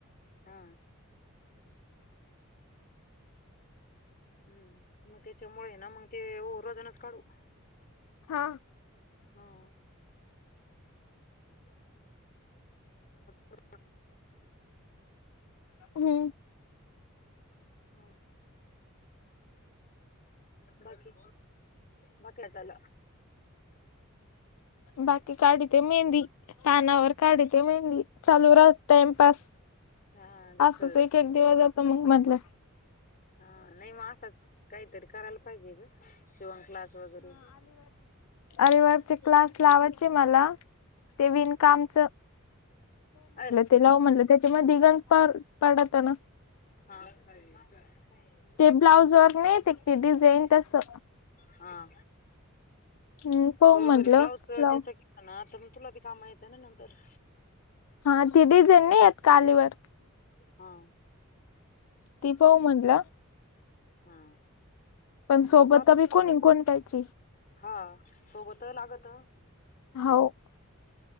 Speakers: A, on the left (about 40°); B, on the left (about 85°).
A: हां, हम्म मग त्याच्यामुळय ना मग ते हो रोजानच काढू.
B: हां
A: हां <unintelligible> परत
B: हो
A: हां बाकी भाकऱ्या चाल
B: बाकी काढीते मेहंदी पानावर काढ ते मेहंदी चालू राहत टाईमपास
A: हा जस
B: असच एक एक दिवस. तुम्ही म्हंटल.
A: हां नाही मग असच काहीतरी करायला पाहिजे ग शिवण क्लास वगैरे.
B: आरे वर्कचे क्लास लावायचे मला ते विणकामच.
A: हां
B: ते लावू म्हणल त्याच्या मध्ये डिझाईन फार पडत ना.
A: हां हां
B: ते ब्लाउज वर नाही येत ते डिझाईन तसं
A: हां..
B: हम्म पाहू
A: बरोबर
B: म्हटलं
A: आहे ब्लाउजच
B: लाव
A: त्याच केलं ना तर म तुला बी काम येत ना नंतर.
B: हा ती डिझाईन नाही येत कालीवर.
A: हम.
B: ती पाऊ म्हणल.
A: हा.
B: पण सोबत
A: बघू आता
B: बी कोणीन कोणी पाहिजे.
A: हा सोबत लागत.
B: हा ओ.